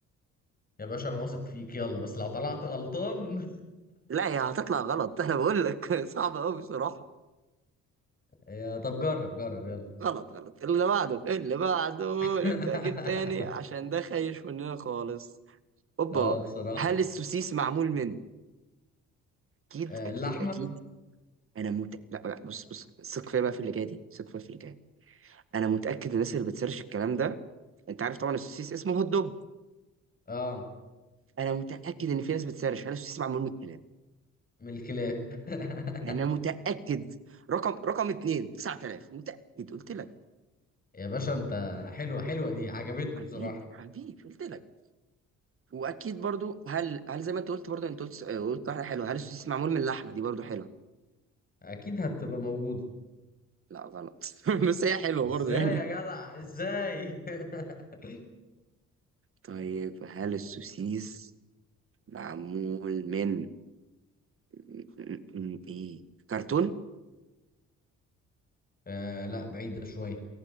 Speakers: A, on the left (about 30°); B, on the right (about 45°).
A: يا باشا انا واثق فيك يلا بس لو طلعت غلطان
B: لا هي هتطلع غلط <laughs> انا بقول لك <laughs> صعبه قوي بصراحه
A: <laughs> يا طب جرب جرب يلا
B: غلط غلط اللي بعده اللي بعده
A: <laughs>
B: نبدا اجيب تاني عشان ده خايش مننا خالص اوبا
A: اه بصراحة
B: هل السوسيس معمول من اكيد
A: آه،
B: اكيد
A: اللحمة
B: اكيد انا مت... لا لا بص بص ثق فيا بقى في اللي جاي دي ثق فيا في اللي جاي انا متاكد الناس اللي بتسيرش الكلام ده انت عارف طبعا السوسيس اسمه هوت دوج
A: اه
B: انا متاكد ان في ناس بتسيرش هل السوسيس معمول من الكلام
A: من الكلاب <laughs>
B: انا متاكد رقم رقم اتنين 9000 متاكد قلت لك
A: يا باشا انت حلوة حلوة دي عجبتني
B: حبيبي
A: بصراحة
B: حبيبي قلت لك واكيد برضو هل هل زي ما انت قلت برضو انت قلت آه، قلت واحده حلوه هل السوسيس معمول من اللحمه دي برضو حلوه
A: اكيد هتبقى موجودة
B: لا غلط <laughs> بس هي حلوه
A: ازاي
B: برضو يعني
A: يا جدع ازاي <laughs>
B: طيب هل السوسيس معمول من م- م- ايه كرتون
A: آه لا بعيدة شوية